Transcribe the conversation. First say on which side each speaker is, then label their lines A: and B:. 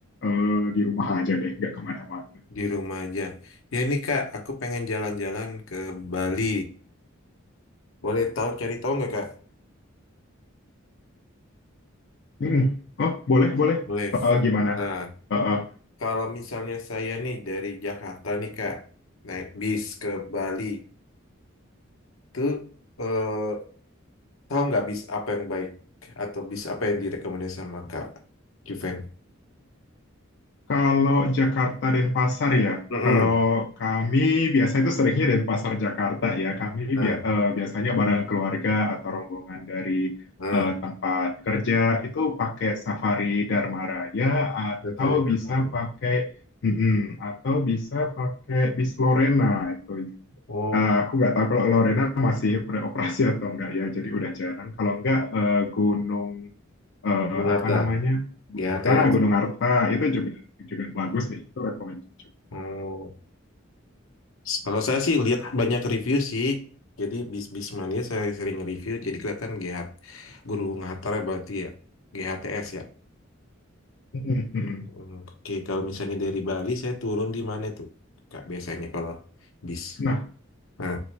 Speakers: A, on the left; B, on the left.
A: eh, di rumah aja deh, nggak kemana-mana.
B: di rumah aja. Ya nih Kak, aku pengen jalan-jalan ke Bali. Boleh tahu cari tahu nggak Kak?
A: Mm-mm. Oh, boleh, boleh.
B: Boleh.
A: Eh, gimana?
B: Nah,
A: Eh, eh,
B: kalau misalnya saya nih dari Jakarta nih Kak, naik bis ke Bali, tuh eh, tahu nggak bis apa yang baik atau bis apa yang direkomendasikan sama Kak Juven?
A: Kalau Jakarta Denpasar ya,
B: Mm-mm.
A: kalau kami biasa itu seringnya Denpasar Jakarta ya. Kami
B: Nah,
A: bia- eh, biasanya bareng keluarga atau rombongan dari
B: nah.
A: eh, tempat kerja itu pakai Safari Dharma Raya atau
B: Retori Damar.
A: bisa pakai mm-mm, atau bisa pakai bis Lorena itu.
B: Oh,
A: Eh, aku nggak tahu kalau Lorena masih beroperasi atau enggak ya. Jadi udah jarang. Kalau enggak eh, Gunung eh,
B: Yunarta,
A: apa namanya Gu-
B: GHTS.
A: ah, Gunung Arta itu juga juga bagus ya itu recommended juga.
B: Oh. Kalau saya sih lihat banyak review sih. Jadi bis-bis mania saya sering review. Jadi kelihatan GH guru Ngatar ya berarti ya. GHTS ya.
A: Mm-mm, mm-mm.
B: Hmm, Oke, kalau misalnya dari Bali saya turun di mana tuh? Kak biasanya kalau bis.
A: Nah
B: Nah,